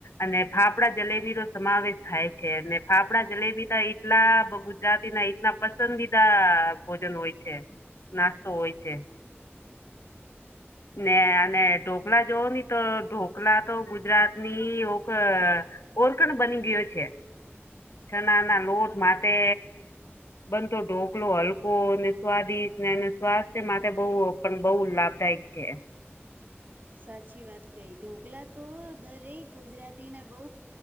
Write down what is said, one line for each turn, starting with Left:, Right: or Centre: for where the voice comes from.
Left: અને ફાફડા જલેબી નો સમાવેશ થાય છે. ને ફાફડા જલેબી ત એટલા ગુજરાતીના એટલા પસંદીદા ભોજન હોય. છે, નાસ્તો હોય છે. ને અને ઢોકલા જોવ ની તો ઢોકલા તો ગુજરાતની ઓ ઓરકણ બની ગયો છે ચણા ના લોટ માટે બનતો ઢોકલો હલકો અને સ્વાદિષ્ટ ને સ્વાસ્થ્ય માટે બવ પણ બવ લાભદાયક છે.
Right: સાચી વાત કહી ઢોકલા તો દરેક ગુજરાતીના બહુ